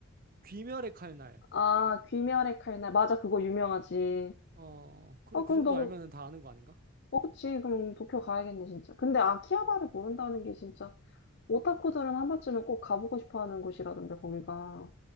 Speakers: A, on the right; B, on the left.
A: 귀멸의 칼날.
B: 아, 귀멸의 칼날. 맞아, 그거 유명하지.
A: 어, 그래,
B: 어,
A: 그
B: 그럼
A: 정도
B: 너
A: 알면은 다 아는 거 아닌가?
B: 어, 그치. 그럼 도쿄 가야겠네, 진짜. 근데 아키하바를 모른다는 게 진짜 오타쿠들은 한 번쯤은 꼭 가보고 싶어 하는 곳이라던데, 거기가.